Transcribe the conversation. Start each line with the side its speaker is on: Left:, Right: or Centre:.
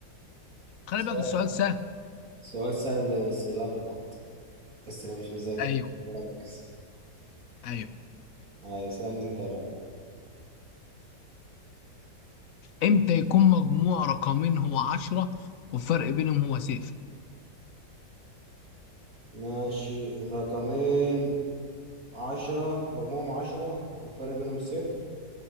Left: خلي
Right: سؤال
Left: بالك السؤال سهل
Right: سؤال سهل بس لخبط بس انا مش مذاكر
Left: أيوه
Right: مش مركز
Left: أيوه
Right: ايوه اسألني انت بقى
Left: امتى يكون مجموع رقمين هو عشرة والفرق بينهم هو صفر
Right: ماشي رقمين عشرة مجموعهم عشرة والفرق بينهم صفر